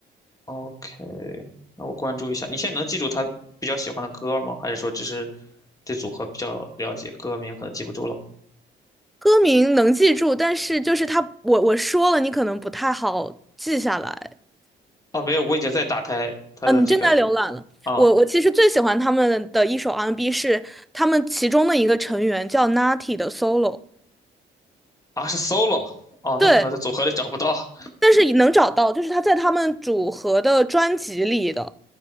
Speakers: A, on the left (about 15°); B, in the centre.
A: ？OK，那我关注一下。你现在能记住他比较喜欢的歌吗？还是说只是对组合比较了解，歌名可能记不住了？
B: 歌名能记住，但是就是他，我我说了，你可能不太好记下来。
A: 哦，没有，我已经在打开他的这个
B: 嗯，你正在浏览了。
A: 啊
B: 我我其实最喜欢他们的一首 R&B n 是他们其中的一个成员叫 Natty 的 solo，
A: 啊是 solo 哦，
B: 对，
A: 那可能在组合里找不到。
B: 但是也能找到，就是他在他们组合的专辑里的。